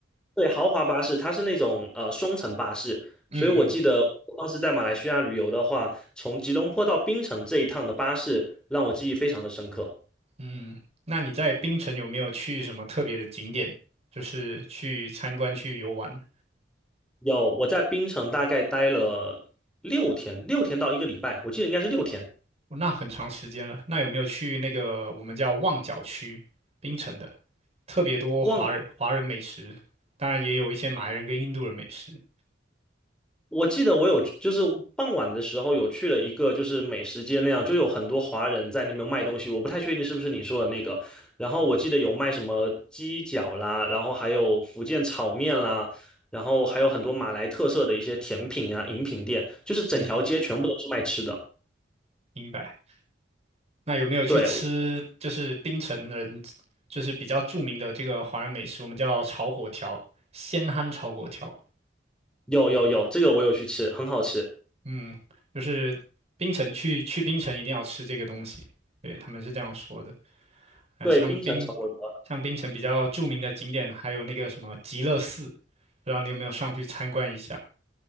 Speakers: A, in the centre; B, on the right (about 35°).
A: 对，豪华巴士它是那种呃双层巴士，
B: 嗯
A: 所以我记得我当时在马来西亚旅游的话，从吉隆坡到槟城这一趟的巴士让我记忆非常的深刻。
B: 嗯嗯。那你在槟城有没有去什么特别的景点，就是去参观去游玩？
A: 有我在槟城大概待了六天，六天到一个礼拜，我记得应该是六天。
B: 哦那很长时间了。那有没有去那个我们叫旺角区，槟城的，特别多华人华人美食，
A: 忘了
B: 当然也有一些马来人跟印度人美食。
A: 我记得我有就是傍晚的时候有去了一个就是美食街那样，就有很多华人在那边卖东西，我不太确定是不是你说的那个。然后我记得有卖什么鸡脚啦，然后还有福建炒面啦，然后还有很多马来特色的一些甜品啊、饮品店，就是整条街全部都是卖吃的。
B: 嗯，明白。那有没有去吃就是槟城人就是比较著名的这个华人美食，
A: 对，
B: 我们叫炒粿条，鲜憨炒粿条。
A: 有有有，这个我有去吃，很好吃。
B: 嗯，就是槟城去去槟城一定要吃这个东西，对，他们是这样说的。呃，
A: 对，
B: 像槟
A: 冰城炒粿条，
B: 像槟城比较著名的景点还有那个什么极乐寺，不知道你有没有上去参观一下？